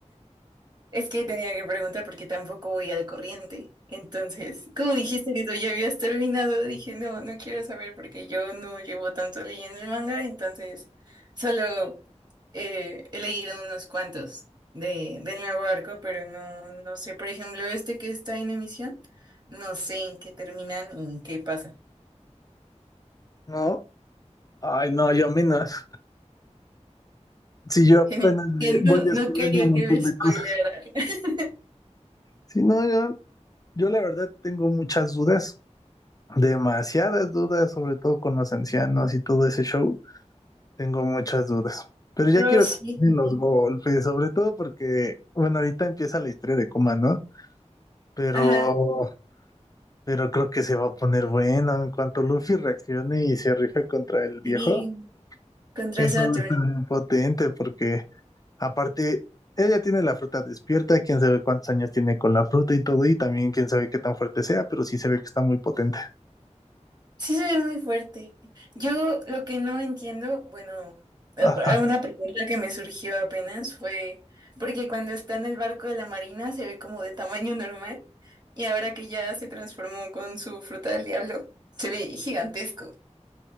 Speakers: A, on the right; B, on the left.
A: Es que tenía que preguntar porque tampoco voy al corriente. Entonces, como dijiste que tú ya habías terminado, dije, no, no quiero saber porque yo no llevo tanto leyendo el manga, entonces solo eh, he leído unos cuantos de, del nuevo arco, pero no, no sé, por ejemplo, este que está en emisión, no sé en qué terminan y en qué pasa.
B: No. Ay, no, yo menos. Si yo
A: <laughs>
B: apenas
A: Genial.
B: le
A: Que
B: voy
A: No,
B: descubriendo
A: no quería
B: un montón
A: que me spoilearan.
B: de cosas.
A: <laughs>
B: Sí, no, yo, yo la verdad tengo muchas dudas, demasiadas dudas, sobre todo con los ancianos y todo ese show. Tengo muchas dudas. Pero ya
A: No,
B: quiero
A: sí.
B: que den
A: sí,
B: los
A: sí.
B: golpes, sobre todo porque, bueno, ahorita empieza la historia de Kuma, ¿no? Pero,
A: Ajá,
B: pero creo que se va a poner bueno en cuanto Luffy reaccione y se rife contra el viejo.
A: sí, contra
B: Eso
A: Saturn.
B: va a estar muy potente porque, aparte, ella tiene la fruta despierta, quién sabe cuántos años tiene con la fruta y todo, y también quién sabe qué tan fuerte sea, pero sí se ve que está muy potente.
A: Sí, se ve muy fuerte. Yo lo que no entiendo, bueno, eh,
B: Ajá.
A: una pregunta que me surgió apenas fue, porque cuando está en el barco de la marina se ve como de tamaño normal y ahora que ya se transformó con su fruta del diablo, se ve gigantesco.